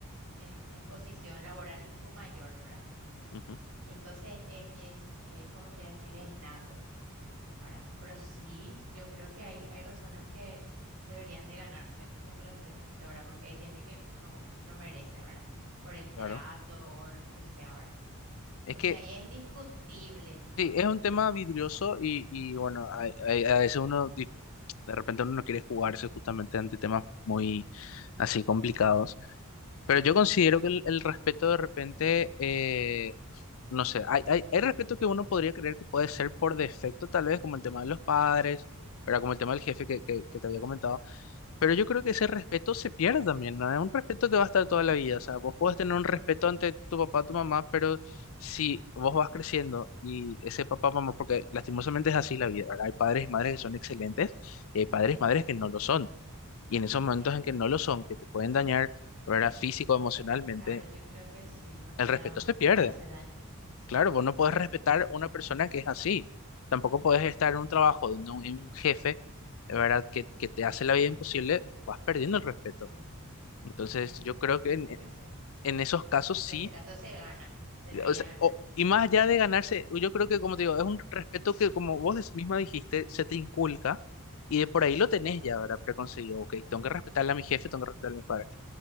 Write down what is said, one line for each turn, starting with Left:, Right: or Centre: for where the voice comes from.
Right: en, en posición laboral, tu mayor, ¿verdad?
Left: ujú,
Right: Y entonces eh, es, eh, ¿cómo te iba a decir? Es nato, ¿verdad? Pero sí, yo creo que hay, hay personas que deberían de ganarse el respeto, ¿verdad? Porque hay gente que no, no merece, ¿verdad? Por el trato
Left: Claro.
Right: o lo que sea, ¿verdad? Entonces
Left: Es que
Right: ahí es discutible, ¿no?
Left: sí, es un tema vidrioso y, y bueno,
Right: Sí,
Left: a, a- a veces uno, di- de repente uno no quiere jugarse justamente ante temas muy así complicados. Pero yo considero
Right: sí,
Left: que el, el respeto de repente, eh, no sé, hay, hay, hay respeto que uno podría creer que puede ser por defecto, tal vez, como el tema de los padres, ¿verdad? Como el tema del jefe que, que, que te había comentado. Pero yo creo que
Right: sí.
Left: ese respeto se pierde también, ¿no? Es un respeto que va a estar toda la vida. O sea, vos podés tener un respeto ante tu papá, tu mamá, pero si vos vas creciendo y ese papá, mamá, porque lastimosamente es así la vida, ¿verdad? Hay padres y madres que son excelentes y hay padres y madres que no lo son. Y en esos momentos
Right: sí.
Left: en que no lo son, que te pueden dañar, ¿verdad? Físico, emocionalmente,
Right: Claro, yo creo que sí, cuando
Left: el
Right: ya,
Left: respeto se pierde.
Right: ya te hace daño. Sí,
Left: Claro, vos no podés respetar una persona que es así. Tampoco podés estar
Right: no,
Left: en un trabajo donde un, un jefe, ¿verdad? Que, que te hace la vida imposible, vas perdiendo el respeto.
Right: sí.
Left: Entonces,
Right: De hecho
Left: yo
Right: que,
Left: creo
Right: de
Left: que
Right: hecho
Left: en,
Right: que sí.
Left: en esos casos
Right: En
Left: sí.
Right: ese caso se gana, se debería
Left: O sea,
Right: ganar.
Left: o- y más allá de ganarse, yo creo que, como te digo, es un respeto que, como vos des- misma dijiste, se te inculca. Y de por ahí lo tenés ya, ¿verdad? Preconcebido. Ok,
Right: eh,
Left: tengo que respetarle a mi jefe, tengo que respetarle a mis padres.